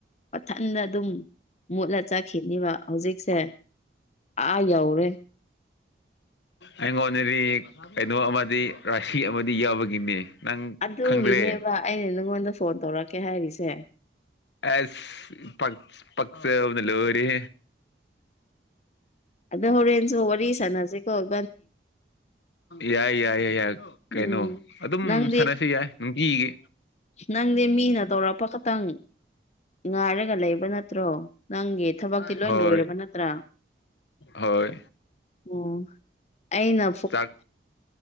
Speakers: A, on the left; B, on the left.
A: ꯃꯊꯟꯗ ꯑꯗꯨꯝ ꯎꯝ ꯃꯨꯠꯂ ꯆꯠꯈꯤꯅꯤꯕ ꯍꯧꯖꯤꯛꯁꯦ ꯑꯥ ꯌꯧꯔꯦ
B: ꯑꯩꯉꯣꯟꯗꯗꯤ ꯀꯩꯅꯣ ꯑꯃꯗꯤ ꯔꯥꯁꯤ ꯑꯃꯗꯤ ꯌꯥꯎꯕꯒꯤꯅꯦ ꯅꯪ
A: ꯑꯗꯨꯒꯤꯅꯦꯕ
B: ꯈꯪꯗ꯭ꯔꯦ
A: ꯑꯩꯅ ꯅꯪꯉꯣꯟꯗ ꯐꯣꯟ ꯇꯧꯔꯛꯀꯦ ꯍꯥꯏꯔꯤꯁꯦ
B: ꯑꯦ ꯄꯁ ꯂꯣꯔꯤ
A: ꯑꯗ ꯍꯔꯦꯟꯟꯁꯨ ꯋꯥꯔꯤꯁꯥꯅꯁꯤꯦꯣꯦ
B: ꯌꯥꯏ ꯌꯥꯏ ꯌꯥꯏ ꯌꯥ ꯀꯩꯅꯣ
A: ꯎꯝ
B: ꯑꯗꯨꯝ
A: ꯅꯪꯗꯤ
B: ꯁꯥꯟꯅꯁꯤ ꯌꯥꯏ ꯅꯨꯡꯇꯤꯒꯤ
A: ꯅꯪꯗꯤ ꯃꯤꯅ ꯇꯧꯔꯛꯄ ꯈꯛꯇꯪ ꯉꯥꯏꯔꯒ ꯂꯩꯕ ꯅꯠꯇ꯭ꯔꯣ ꯅꯪꯒꯤ ꯊꯕꯛꯇꯤ
B: ꯑꯦꯅ
A: ꯂꯣꯏ
B: ꯍꯣꯏ
A: ꯂꯣꯏꯔꯕ ꯅꯠꯇ꯭ꯔꯥ
B: ꯍꯣꯏ
A: ꯑꯣ ꯑꯩꯅ
B: ꯆꯥꯛ